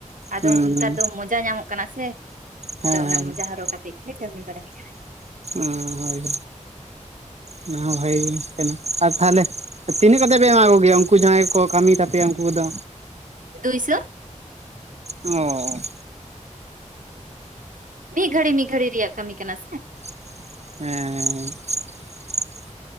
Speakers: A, on the right (about 85°); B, on the right (about 55°).
A: ᱟᱫᱚ
B: ᱦᱩᱸ
A: ᱱᱮᱛᱟᱨ ᱫᱚ ᱢᱚᱡᱟ ᱧᱟᱢᱚᱜ ᱠᱟᱱᱟ ᱥᱮ
B: ᱦᱮᱸ
A: ᱟᱫᱚ ᱚᱱᱟ
B: ᱦᱮᱸ
A: ᱢᱚᱡᱟ ᱦᱚᱨᱚᱜ ᱠᱟᱛᱮ ᱛᱮᱫ ᱜᱮ ᱠᱟᱹᱢᱤ ᱵᱟᱲᱟ ᱦᱩᱭᱩᱜ ᱠᱟᱱᱟ᱾
B: ᱚ ᱦᱳᱭᱳᱭ ᱚᱱᱟ ᱦᱚᱸ ᱵᱷᱟᱜᱤ ᱜᱮ ᱠᱟᱱᱟ, ᱟᱨ ᱛᱟᱦᱚᱞᱮ ᱛᱤᱱᱟᱹᱜ ᱠᱟᱛᱮᱫ ᱯᱮ ᱮᱢᱟ ᱠᱚ ᱜᱮᱭᱟ ᱩᱱᱠᱩ ᱡᱟᱦᱟᱸᱭ ᱠᱚ ᱠᱟᱹᱢᱤ ᱛᱟᱯᱮᱭᱟ ᱩᱱᱠᱩ ᱫᱚ?
A: ᱫᱩᱭᱥᱚ᱾
B: ᱚ᱾
A: ᱢᱤᱫ ᱜᱷᱟᱹᱲᱤ ᱢᱤᱫ ᱜᱷᱟᱹᱲᱤ ᱨᱮᱭᱟᱜ ᱠᱟᱹᱢᱤ ᱠᱟᱱᱟ ᱥᱮ᱾
B: ᱦᱮᱸ ᱦᱮᱸ ᱦᱮᱸ᱾